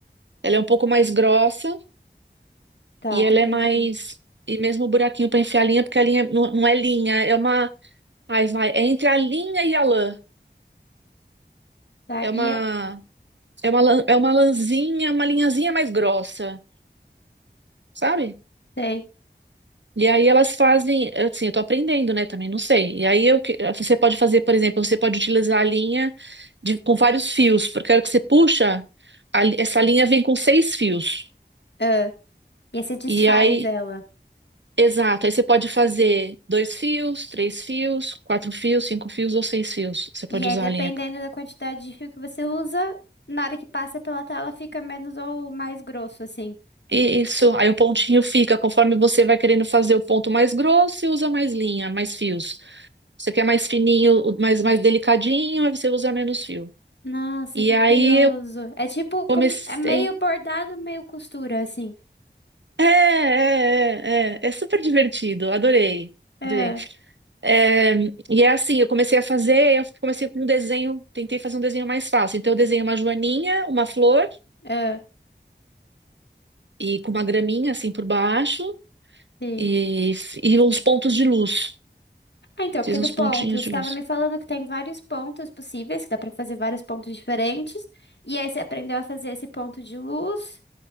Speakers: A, on the right (about 90°); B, on the left (about 75°).
A: Ela é um pouco mais grossa
B: tá,
A: e ela
B: tô entendendo.
A: é mais. E mesmo o buraquinho para enfiar a linha, porque a linha não, não é linha, é uma. Ai, vai, é entre a linha e a lã.
B: Tá,
A: É uma.
B: e é,
A: É uma, lã- é uma lãzinha, uma linhazinha mais grossa, sabe?
B: sei.
A: E aí elas fazem, assim, eu tô aprendendo, né, também, não sei. E aí eu, que- você pode fazer, por exemplo, você pode utilizar a linha de- com vários fios, porque a hora que você puxa, a li- essa linha vem com seis fios.
B: Ah, e aí você desfaz
A: E aí,
B: ela.
A: exato, aí você pode fazer dois fios, três fios, quatro fios, cinco fios ou seis fios. Você pode
B: E aí,
A: usar
B: dependendo
A: a linha.
B: da quantidade de fio que você usa, na hora que passa pela tela fica menos ou mais grosso, assim.
A: E isso, aí o pontinho fica, conforme você vai querendo fazer o ponto mais grosso, você usa mais linha, mais fios. Você quer mais fininho, mais, mais delicadinho, aí você usa menos fio.
B: Nossa,
A: E
B: que
A: aí
B: curioso. É tipo, como,
A: Comecei.
B: é meio bordado, meio costura, assim.
A: É, é, é, é, é super divertido, adorei,
B: É,
A: adorei. É, e é assim, eu comecei a fazer, eu comecei com um desenho, tentei fazer um desenho mais fácil. Então eu desenhei uma joaninha, uma flor
B: é,
A: e com uma graminha assim por baixo
B: sim.
A: e, e uns pontos de luz.
B: Ah, então, porque
A: Fiz
B: do
A: uns
B: ponto,
A: pontinhos
B: você estava
A: de luz.
B: me falando que tem vários pontos possíveis, que dá pra fazer vários pontos diferentes. E aí você aprendeu a fazer esse ponto de luz.